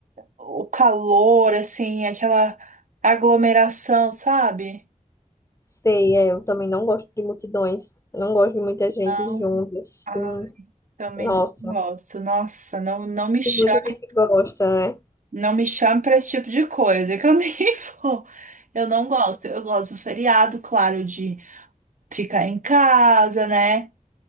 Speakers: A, on the right (about 70°); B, on the left (about 20°).
A: o calor, assim, aquela aglomeração, sabe?
B: sei, é, eu também não gosto de multidões. Não gosto de muita gente
A: Não,
B: junto, assim.
A: ah, também
B: Nossa.
A: não gosto. Nossa, não, não me chame,
B: E muita gente gosta, né?
A: não me chame para esse tipo de coisa, que eu <laughs> nem vou. Eu não gosto. Eu gosto do feriado, claro, de ficar em casa, né?